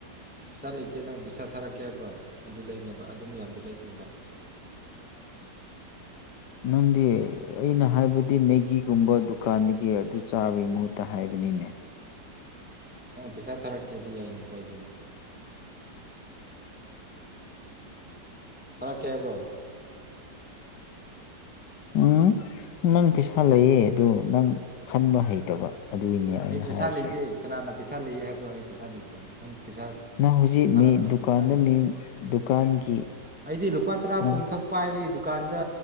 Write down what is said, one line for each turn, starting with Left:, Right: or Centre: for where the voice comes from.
Centre: ꯄꯩꯁꯥ ꯂꯩꯇꯦ ꯅꯪ ꯄꯩꯁꯥ ꯊꯥꯔꯛꯀꯦ ꯍꯥꯏꯕ꯭ꯔꯣ ꯑꯗꯨ ꯃꯌꯥꯝꯗꯣ ꯑꯗꯨ ꯂꯩꯅꯕ
Left: ꯅꯪꯗꯤ ꯑꯩꯅ ꯍꯥꯏꯕꯗꯤ ꯃꯦꯒꯤꯒꯨꯝꯕ ꯗꯨꯀꯥꯟꯗꯒꯤ ꯑꯗꯨ ꯆꯥꯕꯒꯤ ꯃꯍꯨꯠꯇ ꯍꯥꯏꯕꯅꯤꯅꯦ
Centre: ꯅꯪ ꯄꯩꯁꯥ ꯊꯥꯔꯛꯀꯦꯗꯤ ꯌꯥꯏꯅꯦ ꯀꯥꯏꯗꯦꯅꯦ ꯊꯥꯔꯛꯀꯦ ꯍꯥꯏꯕ꯭ꯔꯣ
Left: ꯎꯝ ꯅꯪ ꯄꯩꯁꯥ ꯂꯩꯌꯦ ꯑꯗꯨ ꯅꯪ ꯈꯟꯕ ꯍꯩꯇꯕ ꯑꯗꯨꯒꯤꯅꯦ ꯑꯩꯅ
Centre: ꯑꯩ ꯄꯩꯁꯥ
Left: ꯍꯥꯏꯁꯦ
Centre: ꯂꯩꯇꯦ ꯀꯅꯥꯅ ꯄꯩꯁꯥ ꯂꯩꯌꯦ ꯍꯥꯏꯕ꯭ꯔꯣ ꯑꯩ ꯄꯩꯁꯥ ꯂꯩꯇꯦ ꯅꯪ ꯄꯩꯁꯥ
Left: ꯅꯪ ꯍꯧꯖꯤꯛ
Centre: ꯊꯥꯔꯛꯈꯤ
Left: ꯃꯤ ꯗꯨꯀꯥꯟꯗ
Centre: ꯅꯪ
Left: ꯃꯤ ꯗꯨꯀꯥꯟꯒꯤ
Centre: ꯑꯩꯗꯤ ꯂꯨꯄꯥ ꯇꯔꯥ
Left: ꯅꯪ
Centre: ꯀꯨꯟꯈꯛ ꯄꯥꯏꯕꯒꯤ ꯗꯨꯀꯥꯟꯗ